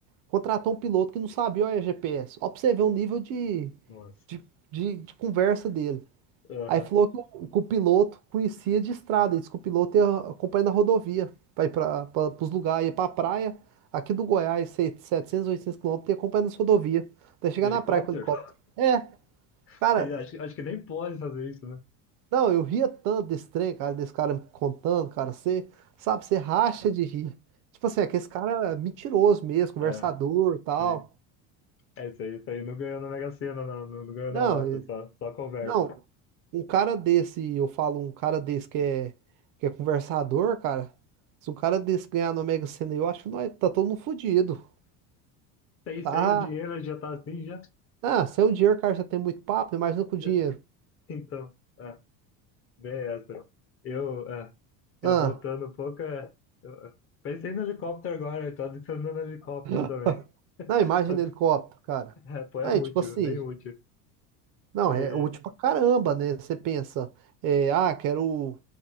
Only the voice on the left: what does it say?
Nossa.
Aham.
De Helicóptero?
<laughs>
Acho, acho que nem pode fazer isso, né?
É,
sim. É isso aí, isso aí. Não ganhou na Mega Sena, não. Não, não ganhou
na Lota, só, só conversa.
Sei,
sei, o dinheiro já tá assim, já,
já.
Então, é, bem essa. Eu, é, é,
voltando um pouco, é, eu, é, pensei no helicóptero agora, eu tô adicionando helicóptero também.
<laughs>
É, pô, é
útil,
é bem útil.
E,